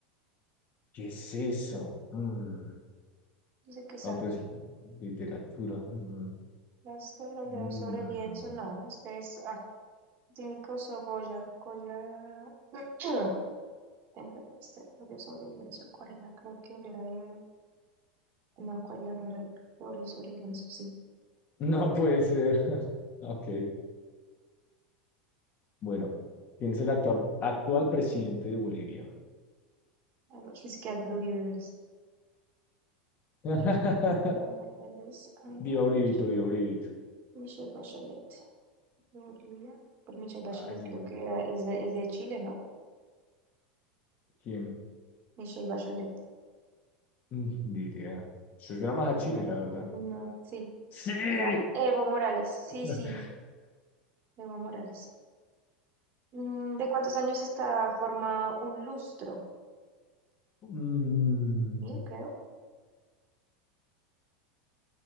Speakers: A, on the left (about 40°); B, on the right (about 45°).
A: ¿Qué es eso? Mm.
B: Dice que es
A: Ah,
B: arte.
A: pues literatura. Mm.
B: Las que lo leo
A: Mm.
B: sobre el lienzo, no. Este es Cinco, Saboya, Goya, <clears throat> Temple Pastel, óleo sobre lienzo, acuarela, creo que él era de, no, acuarela no era de óleo sobre lienzo, sí,
A: No puede ser. <laughs> Ok, bueno. ¿Quién es el actual, actual presidente de Bolivia?
B: Algo- es que Álvaro Uribe Vélez.
A: <laughs>
B: Eh, Eva María Morales, Ayla,
A: Viva Uribito,
B: Michelle,
A: viva Uribito.
B: Michelle Bachelet, de Bolivia, pero Michelle Bachelet
A: Rayos.
B: creo que era, es de, es de Chile, ¿no?
A: ¿Quién?
B: Michelle Bachelet,
A: Mm, ni idea. Eso suena más
B: voy
A: a Chile,
B: a poner,
A: la verdad.
B: no, sí,
A: ¡Sí!
B: era Evo Morales, sí,
A: <laughs>
B: sí, Evo Morales. Mm, ¿De cuántos años está formado un lustro?
A: Mm,
B: Mil, creo.